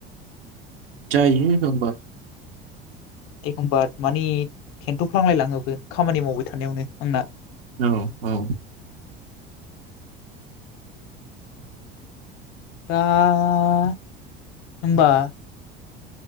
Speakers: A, on the right; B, on the left.
A: जायो एखमबा।
B: एखमबा माने खेन्थफ्लांलायलाङोबो खामानि मावबाय थानायावनो आंना।
A: औ- औ
B: दा होमबा